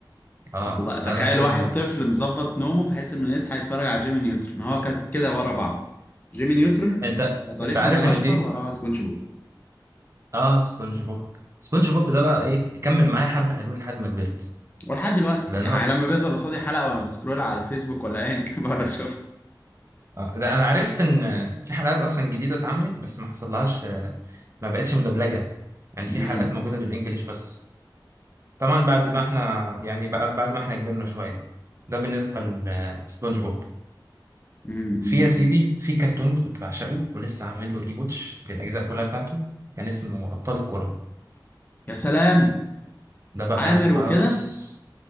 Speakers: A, on the right; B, on the left.
A: اه
B: الله تخيل
A: لا لا جامد
B: واحد
A: موت
B: طفل مظبط نومه بحيث انه يصحى يتفرج على جيمي نيوترن هو كان كده ورا بعض جيمي نيوترن
A: انت
B: بطريق
A: انت عارف
B: مدغشقر
A: ان في
B: وراها سبونج بوب
A: اه سبونج بوب سبونج بوب ده بقى ايه يكمل معايا حبة حلوين لحد ما كبرت
B: ولحد دلوقتي
A: لان
B: يعني
A: هو
B: لما بيظهر قصادي حلقة وانا بسكرول على الفيسبوك ولا ايا كان <laughs> بقعد اشوف
A: اه ده انا عرفت ان في حلقات اصلا جديده اتعملت بس ما حصلهاش آه، ما بقتش مدبلجه يعني في
B: أمم،
A: حلقات موجوده بالانجليش بس طبعا بعد ما احنا يعني بعد بعد ما احنا كبرنا شويه ده بالنسبه لسبونج بوب
B: أمم،
A: في
B: أمم.
A: يا سيدي في كرتون كنت بعشقه ولسه عامل له ريبوتش للاجزاء كلها بتاعته كان اسمه ابطال الكره
B: يا سلام
A: ده بقى
B: عامر
A: يا اسطى
B: وكده
A: بص